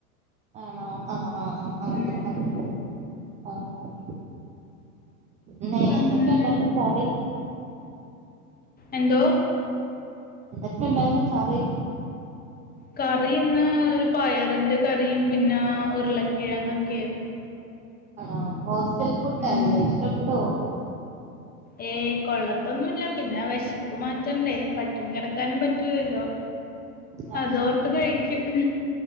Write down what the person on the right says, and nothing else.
ആണോ ആഹ് ആഹ് ആഹ് ആഹ്
ആഹ് ആഹ് ആഹ് ഇന്ന്
എന്തൊക്കെയുണ്ടായിരുന്നു കറി
ക്ക ണ്ടാര്ന്നു കറി
ആഹ് ഹോസ്റ്റൽ ഫുഡാല്ലേ
ഇഷ്ട്ടപ്പെടോ
ആ